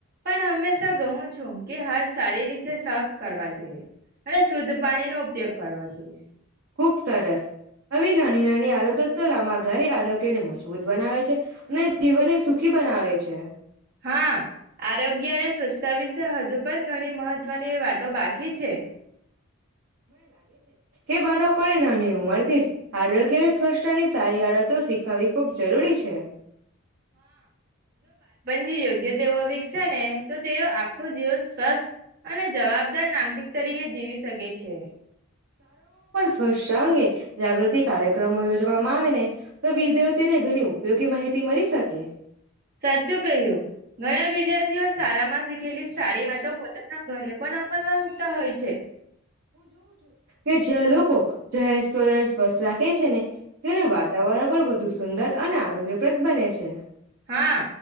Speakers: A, on the right (about 45°); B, on the right (about 65°).
A: પણ હમેશા હુ તો કહું છું કે હાથ સારી રીતે સાફ કરવા જોઈએ અને શુદ્ધ પાણીનો ઉપયોગ કરવો જોઈએ.
B: ખુબ સરસ હવે નાની નાની આરોતો તો લાબા ઘરે આરોગ્ય ને મુજ જુધ બનાવે છે અને જીવનને સુખી બનાવે છે
A: હા આરોગ્ય અને સ્વચ્છતા વિશે હજુ પણ ઘણી મહત્વની વાતો બાકી છે
B: એ બાળકોને નાની ઉંમર થી જ આરોગ્ય સ્વચ્છતા ની સારી આડતો શીખાવવી ખૂબ જરૂરી છે
A: જે યોગ્ય તેઓ વિકસે ને તો
B: શાળાઓમાં
A: તેઓ આખું જીવન સ્વસ્થ અને જવાબદાર નાગરિક
B: પણ
A: તરીકે જીવી શકે છે
B: સ્વ્છ અંગે જાગૃતિ કાર્યક્રમો યોજવામાં આવે ને તો વિદ્યાર્થીને ઘણી ઉપયોગી માહિતી મળી શકે
A: સાચું કહ્યું ઘણા વિદ્યાર્થીઓ શાળા માં શીખેલી સારી વાતો પોતાના ઘરે પણ અમલમાં મુકતા હોય છે
B: <inaudible> જય સર સ્વસ્થ રાખે છે ને તેનું વાતાવરણ પણ વધુ સુંદર અને આરોગ્યપ્રદ બને છે છે
A: હા